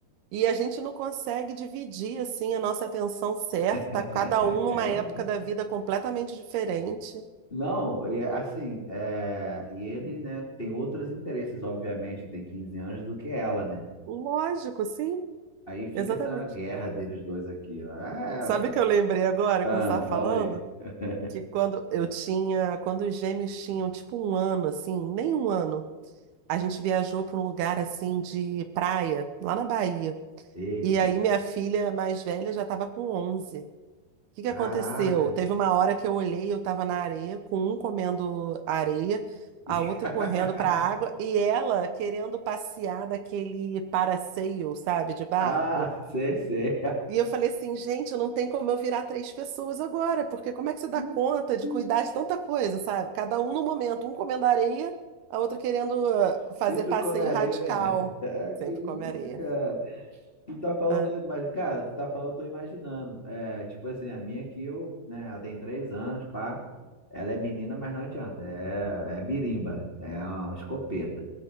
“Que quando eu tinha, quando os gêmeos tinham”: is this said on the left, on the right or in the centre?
Right